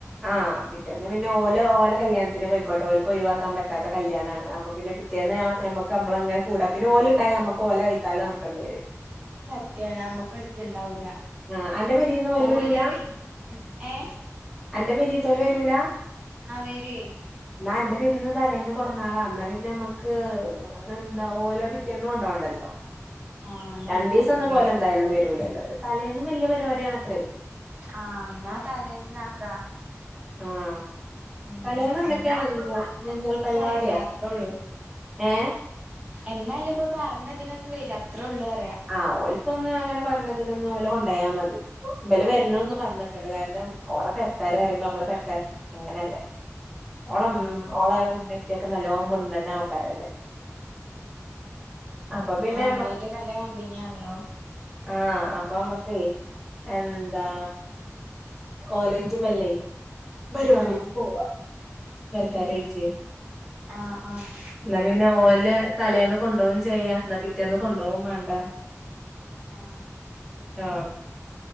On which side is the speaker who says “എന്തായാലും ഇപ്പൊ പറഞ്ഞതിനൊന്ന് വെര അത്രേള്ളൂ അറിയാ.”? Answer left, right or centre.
Right